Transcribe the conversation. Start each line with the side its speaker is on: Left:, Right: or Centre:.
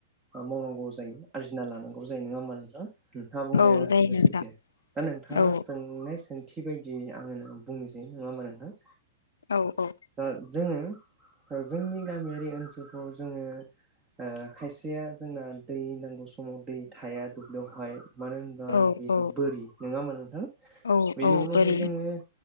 Right: मावनांगौ जायो, आरजिना लानां गु जायो नङा होमबा नोंथां। नोंथाङा बुंनाया
Left: औ
Right: गासैबो
Left: जायो नोंथां
Right: सैथो। दा नोंथाङा
Left: औ
Right: सोंनाय सों थि बायदियै आङो बुंनोसै नोङा होमबा नोंथां।
Left: औ औ।
Right: दा जोङो जोंनि गामियारि ओनसोलखौ जोङो। ओ खायसेया। जोंना दै नांगौ समाव दै थाया दुब्लियावहाय। मानो होनोब्ला
Left: औ
Right: <unintelligible>
Left: औ
Right: नोङा होमबा नोंथां।
Left: औ
Right: बेनि
Left: औ
Right: उनावहाय
Left: बोरै
Right: जोङो ओ